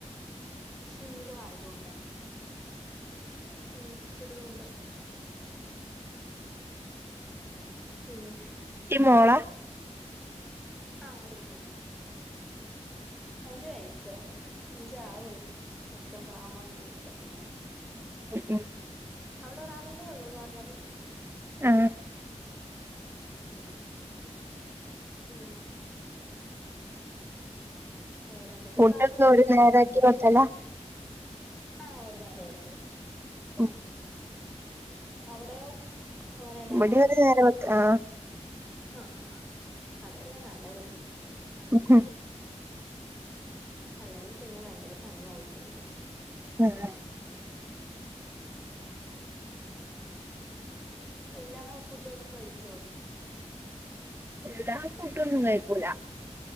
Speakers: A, in the centre; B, on the right.
A: ശീലവായതുകൊണ്ടേ ശീല വച്ചതുകൊണ്ട് പിന്നെ
B: മോള
A: ആഹ് ഒരു മോ അഞ്ച് വയസ്സ ആകുന്നു അഞ്ച ആകുന്നു സെപ്റ്റംബർ ആകുമ്പോൾ അഞ്ച് വയസ്സകും
B: ഉമ്
A: അവിടെ ഒരാളല്ലേ ഉള്ളൂ എന്ന് പറഞ്ഞത്
B: ആഹ്
A: ഉമ് പിന്നെ വേറെന്തൊക്കെയ
B: ഫുഡൊക്കെ
A: ഇപ്പൊ ആരുണ്ട്
B: ഒരു
A: വീട്ടില്
B: നേരാക്കി വെക്കല
A: ആഹ് ഒരു നേരം ആക്കൂ
B: ഉമ്
A: അവിടെയോ അങ്ങനെ തന്നെയാണോ
B: ഇവിടെ ഒരു നേരം വെക്ക ആ
A: ആഹ് അതല്ലേ നല്ലത്
B: ങ് ഹ്
A: അല്ലെങ്കിൽ പിന്നെ ഭയങ്കര പണിയായി പോവ്‌ലേ.
B: <unintelligible>
A: എല്ലാ ഫുഡുകളും കഴിക്കുവോ?
B: എല്ലാ ഫുഡൊന്നും കഴിക്കൂലാ.